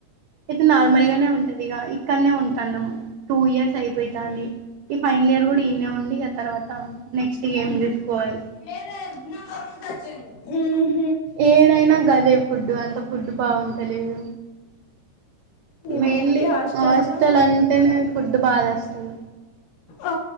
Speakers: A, on the right (about 85°); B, on the left (about 70°).
A: ఇంకా నార్మల్గానే
B: ఉమ్
A: ఉంటుంది కదా ఇక్కడే ఉంటున్నాము టూ ఇయర్స్ అయిపోతాంది ఫైనల్ ఇయర్ కూడా ఈడే ఉండి తరువాత నెక్స్ట్ ఏం తీసుకోవాలి
B: వేరే నెంబర్ ఉంటాది చూడు యూ
A: ఏడైనా గదే ఫుడ్ బాగుంటుంది అంత ఫుడ్ బాగుంటలేదు
B: ఇగ
A: మెయిన్లీ
B: హాస్టల్లో
A: హాస్టల్ అంటేనే ఫుడ్ బాదేస్తుంది
B: ఆ